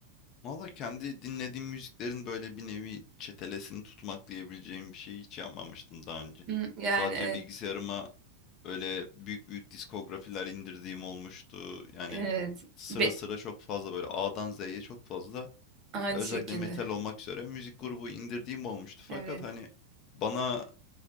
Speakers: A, on the left (about 35°); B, on the right (about 35°).
A: Valla kendi dinlediğim müziklerin böyle bir nevi çetelesini tutmak diyebileceğim bir şey hiç yapmamıştım daha önce.
B: Hı, Yani
A: Sadece
B: evet,
A: bilgisayarıma böyle büyük büyük diskografiler indirdiğim olmuştu. Yani
B: evet.
A: sıra
B: Be-
A: sıra çok fazla böyle A'dan Z'ye çok fazla
B: aynı
A: e, özellikle
B: şekilde.
A: metal olmak üzere müzik grubu indirdiğim olmuştu. Fakat
B: Evet.
A: hani bana